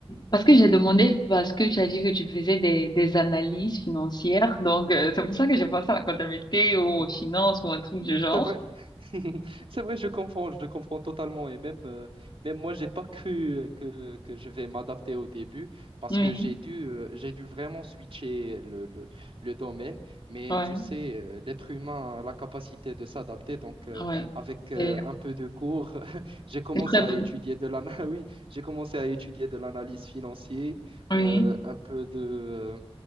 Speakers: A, on the left; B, on the right.
A: parce que j'ai demandé, parce que tu as dit que tu faisais des, des analyses financières, donc euh, c'est pour ça que j'ai pensé à la comptabilité ou
B: Mhm.
A: aux finances ou un truc du genre.
B: C'est vrai. <laughs> C'est vrai, je comprends, je comprends totalement. Et même, euh, même moi, j'ai pas cru euh, que, que je vais m'adapter au début parce
A: Oui,
B: que j'ai dû, euh, j'ai dû vraiment switcher le, le, le domaine. Mais
A: ouais,
B: tu sais, euh, l'être humain a la capacité de s'adapter. Donc, euh,
A: ouais.
B: avec euh,
A: C'est
B: un peu de cours, <laughs> j'ai commencé
A: c'est très
B: à
A: bon.
B: étudier de l'ana- <laughs> oui, j'ai commencé à étudier de l'analyse financière,
A: Oui,
B: euh, un peu de,